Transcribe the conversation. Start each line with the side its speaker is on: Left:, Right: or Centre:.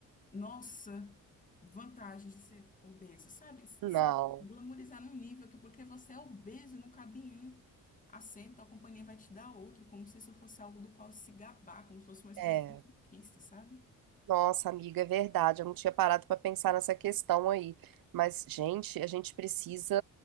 Left: nossa, vantagem de ser obeso, sabe? Se
Right: Não.
Left: se glamorizar num nível que porque você é obeso e não cabe em um assento, a companhia vai te dar outro, como se isso fosse algo do qual se gabar, como se fosse uma espécie
Right: É.
Left: de conquista, sabe?
Right: Nossa, amiga, é verdade. Eu não tinha parado para pensar nessa questão aí. Mas, gente, a gente precisa,